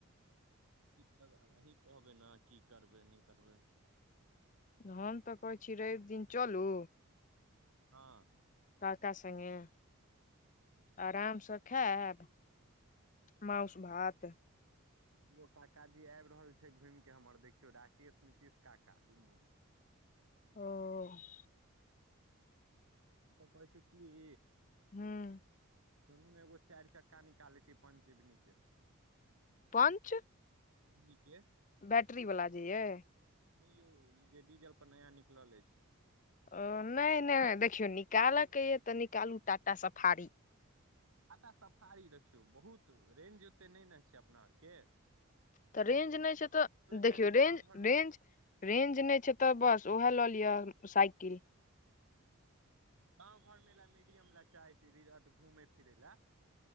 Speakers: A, on the right (about 75°); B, on the left (about 35°).
A: की करबै आब अहीँ कहबै ने की करबै नहि करबै
B: हम तऽ कहै छी रवि दिन चलू
A: हँ
B: काका संगे
A: हँ
B: आराम स खैब मउस भात
A: दू गो काकाा जी आबि रहल छै घुमि के हमर देखियौ राकेश नीतीश काका दुनू
B: ओ -
A: हम तऽ कहै छी की
B: हुँ
A: चलु ने एगो चारि चक्का निकालै छै पञचिवनी के
B: पंच
A: इीक के
B: बैटरी वाला जेय
A: नहि यौ ई जे डीजल पर नया निकलल अछि
B: ओ नहि नहि देखियौ निकालयके यए तऽ निकालू टाटा सफारी
A: टाटा सफारी देखियौ बहुत रेंज ओते नहि न छै अपना आओर के
B: तऽ रेंज नहि छै तऽ देखियौ
A: छै
B: रेंज
A: गाँव घरमे
B: रेंज रेंज नहि छै तऽ बस ओएह लऽ लिअ साइकिल
A: गाँव घर मे लए मीडियम लए चाहै छी घूमै फिरै लए